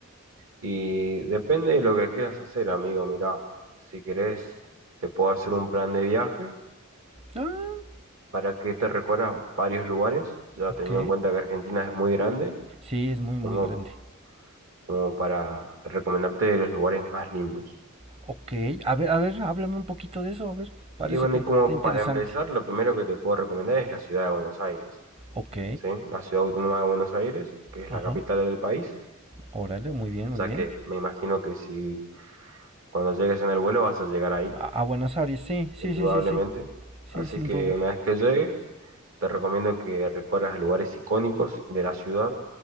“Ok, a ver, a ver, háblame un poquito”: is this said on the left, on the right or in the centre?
Right